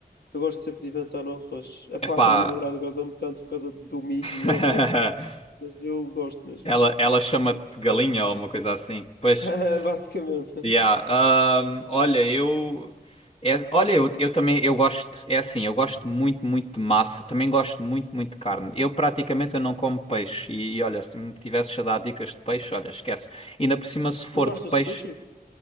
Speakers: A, on the left; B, on the left.
A: Eu gosto sempre de inventar no arroz. Epá,
B: Epá.
A: a minha namorada goza-me tanto por causa do milho no
B: <laughs>
A: arroz. Mas eu gosto mesmo.
B: Ela, ela chama-te galinha ou uma coisa assim. Pois.
A: <laughs> Basicamente.
B: Yeah, um, olha, eu, é- olha, eu, eu também, eu gosto, é assim, eu gosto muito, muito de massa, também gosto muito, muito de carne. Eu praticamente eu não como peixe e, e, olha, se me tivesses a dar dicas de peixe, olha, esquece. Ainda por cima, se for
A: Não gostas
B: de peixe,
A: de sushi?